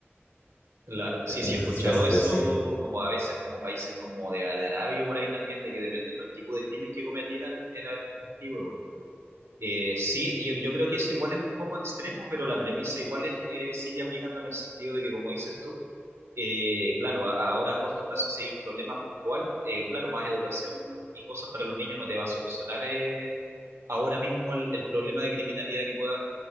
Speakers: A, on the right; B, on the left.
A: Claro, sí, sí,
B: Entonces,
A: he escuchado
B: pues, pues
A: eso,
B: sí.
A: como a veces como países como de, de Arabia por ahí también, de que dependiendo del tipo de crimen que cometieran era el castigo, Eh, sí, yo, yo creo que eso igual es un poco extremo, pero la premisa igual es, eh, sigue aplicando en el sentido de que, como dices tú, eh, claro, a- ahora a corto plazo si hay un problema puntual, eh, claro, más educación y cosas para los niños no te va a solucionar eh, ahora mismo el, el problema de criminalidad que pueda haber,